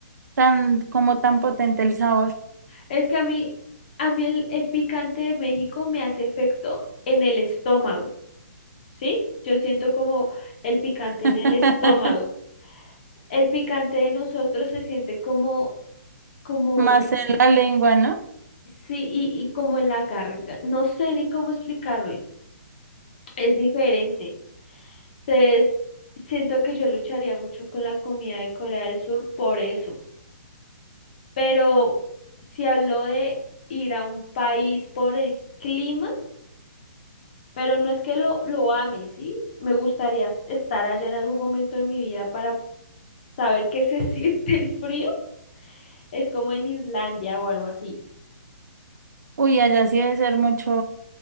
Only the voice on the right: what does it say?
tan como tan potente el sabor.
<laughs>
Más en la lengua, ¿no?
Uy, allá sí debe ser mucho,